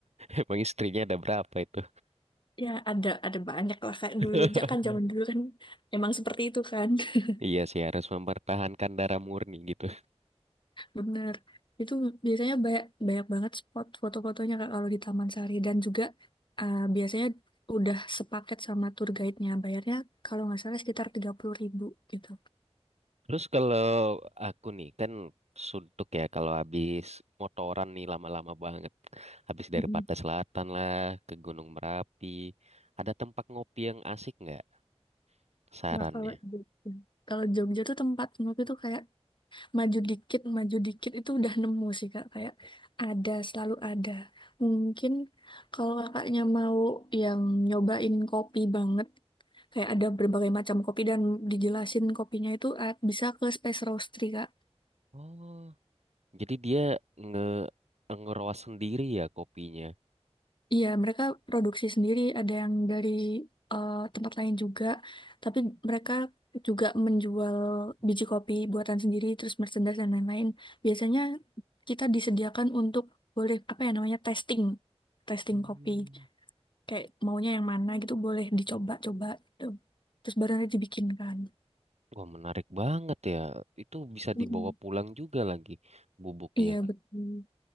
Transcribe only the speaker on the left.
Ya, ada ada banyak lah kayak
dulu. Ja- Kan zaman dulu kan emang seperti itu kan. <laughs>
Bener. Itu biasanya banyak, banyak banget spot foto-fotonya Kak kalau di Taman Sari dan juga eh, biasanya udah sepaket sama tour guide-nya. Bayarnya kalau nggak salah sekitar tiga puluh ribu gitu.
Mm-mm.
Wah kalau Jogja. Kalau Jogja tuh tempat menurut itu kayak maju dikit, maju dikit itu udah nemu sih Kak. Kayak ada, selalu ada. Mungkin kalau kakaknya mau yang nyobain kopi banget Kayak ada berbagai macam kopi dan dijelasin kopinya itu eh, bisa ke space roastery, Kak.
Iya, mereka produksi sendiri, ada yang dari eh, tempat lain juga, tapi mereka juga menjual biji kopi buatan sendiri, terus merchandise dan lain-lain. Biasanya kita disediakan untuk boleh apa ya namanya testing, testing
kopi. Kayak maunya yang mana gitu boleh dicoba-coba gitu. Terus baru nanti dibikin kan.
Mm-mm.
Iya betul.